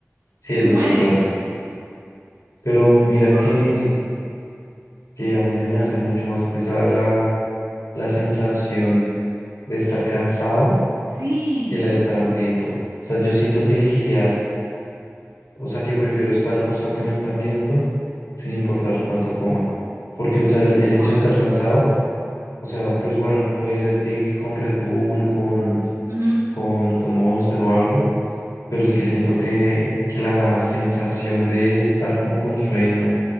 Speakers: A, on the left (about 85°); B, on the right (about 80°).
A: sí, eso
B: Te mueres.
A: es verdad. Pero mira
B: Buah.
A: que, que a mí se me hace mucho más pesada la, la sensación de estar cansado
B: Sí.
A: que la de estar hambriento. O sea, yo siento que elegiría, o sea, que prefiero estar constantemente hambriento sin importar cuánto coma. Porque, o sea, el el
B: Buah.
A: hecho de estar cansado O sea, pues bueno, puede ser que, que con Red Bull, con,
B: Ujú.
A: con, con Monster o algo, pero
B: Sí.
A: es que siento que, que la sensación de estar como con sueño